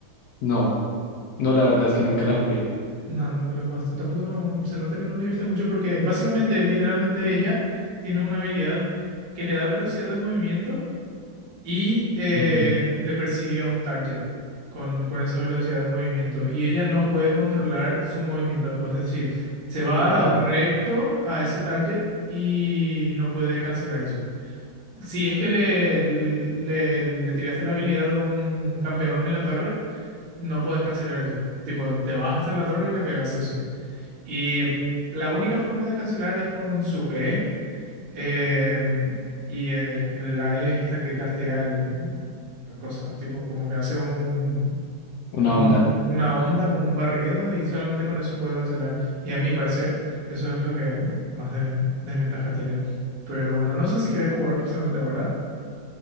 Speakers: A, on the left (about 75°); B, on the right (about 65°).
A: No. No, la verdad es que nunca la jugué.
B: No, nunca la jugaste. Tampoco no, se nota que no le viste mucho porque básicamente, literalmente ella tiene una habilidad que le da velocidad de movimiento y eh,
A: <laughs>
B: le persigue a un target con, con esa velocidad de movimiento y ella no puede controlar su movimiento, es decir, se va
A: Wow,
B: recto a ese target y no puede cancelar eso. Si es que le, le, le tiraste la habilidad a un campeón en la torre, no puedes cancelar eso. Tipo, te vas hasta la torre y le pegas sí o sí. Y la única forma de cancelar es con su E. Eh, y eh, la E es esta que castea el- la cosa, tipo, como que hace un,
A: una
B: como
A: onda.
B: un- una onda, como un barrido, y solamente con eso puede cancelar. Y a mi parecer, eso es lo que más desven- desventaja tiene. Pero bueno, no sé si querés jugar justamente ahora.